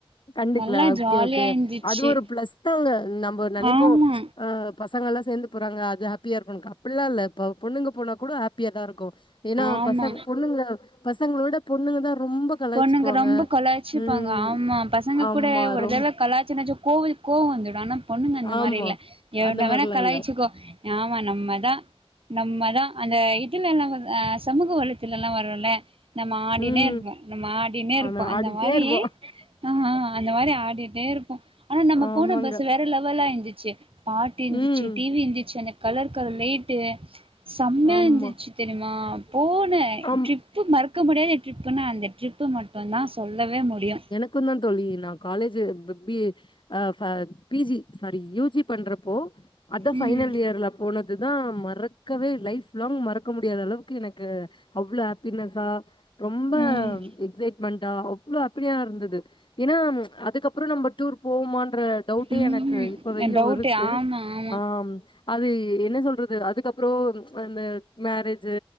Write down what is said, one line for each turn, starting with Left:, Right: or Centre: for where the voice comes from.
Left: கண்டுக்கல
Right: நல்லா
Left: ஓகே
Right: ஜாலியா
Left: ஓகே
Right: இருந்துச்சு
Left: அது ஒரு பிளஸ் தாங்க நம்ம நெனப்போ
Right: ஆமா
Left: ஆ பசங்க எல்லா சேந்து போறாங்க அது ஹாப்பியா ர்க்கு அப்டில்லா இல்ல இப்ப பொண்ணுங்க போனா கூட ஹாப்பியாதா ருக்கு ஏன்னா
Right: ஆமா
Left: பசங்க பொண்ணுங்க பசங்களவிட பொண்ணுங்க தா ரொம்ப கலாய்ச்சுக்குவாங்க
Right: பொண்ணுங்க ரொம்ப கொலாச்சுப்பாங்க
Left: ம்
Right: ஆமா பஸ் பசங்க
Left: ஆமா
Right: கூட ஒரு
Left: ரொம்
Right: தடவ கலாச்ச னாச்சு கோவில் கோவ வந்துடு ஆனா பொண்ணுங்க அந்த மாரி
Left: ஆமா
Right: இல்ல எவ்ள
Left: அந்த
Right: வேணா
Left: மாரிலா
Right: கலாச்சுக்கோ
Left: இல்ல
Right: ஆமா நம்மதா நம்மதா அந்த இதுல எல்லா அ சமூக வளத்துல ல்லா வருல்ல நம்ம ஆடினே
Left: ம்
Right: ர்ப்போ நம்ம ஆடினேர்ப்போ
Left: ஆனா
Right: அந்த
Left: ஆடிட்டே
Right: மாரி
Left: இருப்போ
Right: ஆஹ் அந்த மாரி ஆடிட்டே ருப்போ ஆனா நம்ம
Left: ஆமாங்க
Right: போன பஸ் வேற லெவல்லா இருந்துச்சு பாட்டு இந்துச்சு
Left: ம்
Right: டிவி இந்துச்சு அந்த கலர் கலர் லைட்டு செம்மையா
Left: ஆமா
Right: இந்துச்சு தெரிமா போன
Left: ஆமா
Right: ட்ரிப்பு மறக்க முடியாத ட்ரிப்புன்னா அந்த ட்ரிப்பு மட் இப்போ த சொல்லவே முடியு
Left: இருக்குந்தா தோழி நா college B B A a PG sorry UG பண்றப்போ அதா ஃபைனல்
Right: ம்
Left: இயர்ல போனதுதா மறக்கவே இல்ல லாங் மறக்க முடியாத அளவுக்கு எனக்கு அவ்ளோ ஹாப்பினஸா ரொம்ப
Right: ம்
Left: எக்ஜெட் பண்டா அவ்ளவ் அப்படியா இருந்தது ஏன்னா அதுக்கப்றோ நம்ம டூர் போவமான்ற டவுட்டே
Right: ம்ஹூம்
Left: எனக்கு இப்ப வரியு
Right: டவுட்டு
Left: ஒரு
Right: ஆமா ஆமா ட்டெ
Left: ஆ அது என்ன சொல்றது அதுக்கப்றோ அந்த மேரேஜ்ஜு